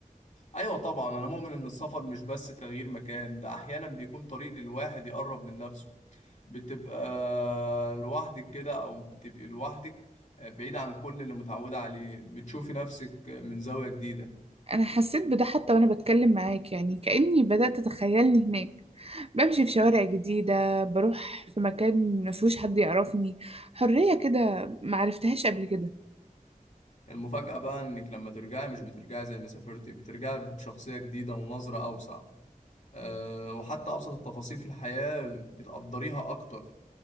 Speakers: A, on the left; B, on the right.
A: ايوه طبعا انا مؤمن ان السفر مش بس تغيير مكان ده احيانا بيكون طريق للواحد يقرب من نفسه بتبقى لوحدك كده او بتبقي لوحدك آه، بعيد عن كل اللي متعودة عليه بتشوفي نفسك من زاوية جديدة
B: أنا حسيت بده حتى وأنا بتكلم معاك يعني كأني بدأت أتخيلني هناك بمشي في شوارع جديدة بروح في مكان مفيهوش حد يعرفني حرية كده معرفتهاش قبل كده
A: المفاجأة بقى انك لما ترجعي مش بترجعي زي ما سافرتي بترجعي بشخصية جديدة ونظرة اوسع آه، وحتى ابسط التفاصيل في الحياة بتقدريها اكتر